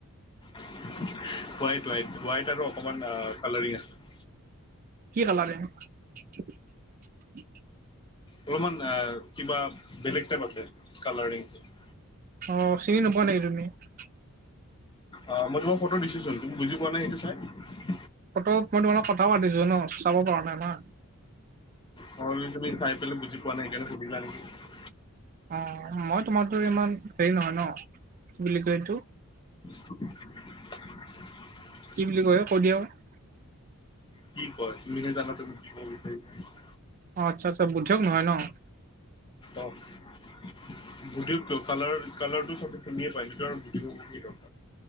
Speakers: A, on the left (about 20°); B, on the right (about 40°).
A: হোৱাইট-হোৱাইট। হোৱাইট আৰু অকমান কালাৰিং আহ আছে। <unintelligible>
B: কি কালাৰিং? <unintelligible> <unintelligible>
A: অলপমান কিবা বেলেগ টাইপ আছে কালাৰিং <unintelligible>
B: অ! চিনি নোপোৱা নেকি তুমি? <unintelligible>
A: অ! মই তোমাক ফটো দিছোঁ চোৱা তুমি বুজি পোৱা নাই সেইটো চাই <unintelligible>
B: ফটোত মই তোমাৰ লগত কথাও পাতিছো ন চাব পৰা নাই ন <unintelligible>
A: মই ভাবিছো তুমি চাই পেলাই বুজি পোৱা নাই সেইকাৰনে সুধিলা নেকি। <unintelligible>
B: অঁ! মই তোমাৰদৰে ইমান হেৰি নহয় ন কি বুলি কয় এইটো? <unintelligible>
A: <unintelligible>
B: কি বুলি কয় কৈ দিয়া চোন? <unintelligible>
A: কি কয় তুমিহে জানা তুমি কিব বিচাৰিছা? <unintelligible>
B: অঁ! আচ্ছা-আচ্ছা। বুধিয়ক নহয় ন? <inaudible>
A: অ <inaudible> বুধিয়কটো কালাৰ-কালাৰটো চবে চিনিয়ে পায়। <unintelligible> <inaudible>